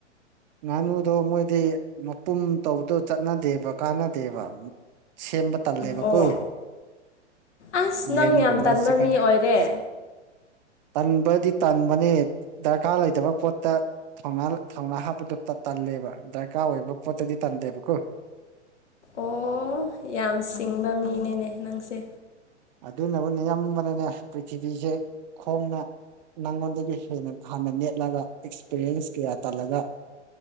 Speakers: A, on the right (about 40°); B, on the left (about 70°).
A: ꯉꯥꯅꯨꯗꯣ ꯃꯣꯏꯗꯤ ꯃꯄꯨꯝ ꯇꯧꯕꯗꯣ ꯆꯠꯅꯗꯦꯕ ꯀꯥꯟꯅꯗꯦꯕ ꯁꯦꯝꯕ ꯇꯜꯂꯦꯕꯀꯣ
B: ꯑꯣ ꯑꯁ ꯅꯪ
A: ꯌꯦꯟꯒꯨꯝꯕ
B: ꯌꯥꯝ ꯇꯟꯕ
A: ꯆꯤꯛꯀꯟ
B: ꯃꯤ ꯑꯣꯏꯔꯦ
A: ꯇꯟꯕꯗꯤ ꯇꯟꯥꯟꯕꯅꯦ ꯗꯔꯀꯥꯔ ꯂꯩꯇꯕ ꯄꯣꯠꯇ ꯊꯣꯉ ꯑ ꯍꯥꯥꯞꯄꯗꯨꯣ ꯇꯜꯂꯦꯕ ꯗꯔꯀꯥꯔ ꯑꯣꯏꯕ ꯄꯣꯠꯇꯗꯤ ꯇꯟꯗꯦꯕꯀꯣ
B: ꯑꯣ ꯌꯥꯝ ꯁꯤꯡꯕ ꯃꯤꯅꯦꯅꯦ ꯅꯪꯁꯦ
A: ꯑꯗꯨꯅꯕꯨꯅꯤꯌꯥꯝꯕꯅꯅꯦ ꯄ꯭ꯔꯤꯊꯤꯕꯤꯁꯦ ꯈꯣꯡꯅ ꯅꯪꯉꯣꯟꯗꯒꯤ ꯍꯦꯟꯅ ꯍꯥꯟꯅ ꯅꯦꯠꯂꯒ ꯑꯦꯛꯁꯄꯤꯔꯤꯌꯦꯟꯁ ꯀꯌꯥ ꯇꯂꯒ